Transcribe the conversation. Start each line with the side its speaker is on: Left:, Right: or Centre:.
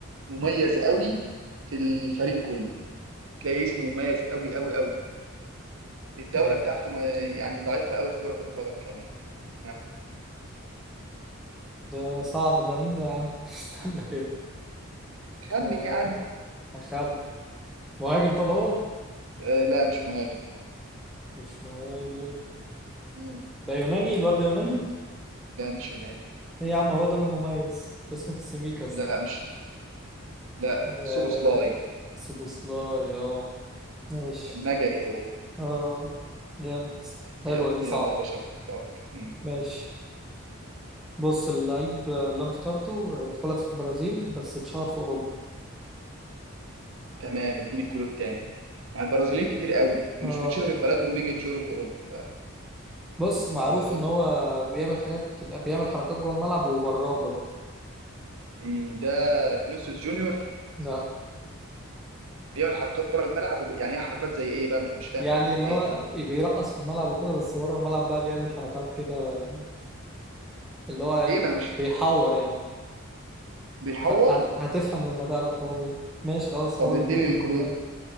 Right: مميز قوي في الفريق كله تلاقيه اسمه مميز قوي قوي قوي الدولة
Centre: ده
Right: بتاعته ما يعني ضعيفة قوي في كرة القدم كمان ها،
Centre: ده صعب ده مين ده يا عم؟ <laughs> استنى كده
Right: خمن
Centre: آه
Right: يا عم
Centre: أخم مهاجم طب هو؟
Right: آه لا مش مهاجم
Centre: مش مهاجم
Right: مم.
Centre: ده يوناني الواد ده يوناني
Right: لا مش يوناني
Centre: ايه يا عم هو ده اللي مميز اسمه تسيميكاس
Right: لا
Centre: ده
Right: مش لا
Centre: آه
Right: سوبوسلاي
Centre: سوبوسلاي اه ماشي
Right: مجري هو
Centre: اه جامد حلوة
Right: ي-
Centre: دي صعب
Right: يلا يا باشا اختار مم.
Centre: ماشي بص اللعيب اللي انا اخترته اتولد في البرازيل بس اتشهر في اوروبا
Right: تمام اديني الكلو التاني مع البرازيليين كتير قوي ومش
Centre: اه
Right: بتشهر في بلدهم بيجي يتشهروا في اوروبا
Centre: بص معروف
Right: فالموضوع
Centre: ان هو بيعمل حاجات بيعمل حركات جوه الملعب وبراه برضه
Right: مم، ده فينيسيوس جونيور
Centre: لا
Right: بيعمل حركات بره الملعب وجو- يعني ايه حركات زي ايه بقى ما انا مش فاهم
Centre: يعني
Right: حركات
Centre: اللي
Right: ايه
Centre: هو بيرقص في الملعب وكده بس بره الملعب بقى بيعمل حركات كده اللي هو
Right: ايه ما انا مش
Centre: بيحور يعني
Right: بيحور
Centre: ف- هتفهم لما تعرف هو مين ماشي خلاص
Right: طب
Centre: هقول
Right: اديني
Centre: لك الكلوب
Right: الكلو
Centre: ده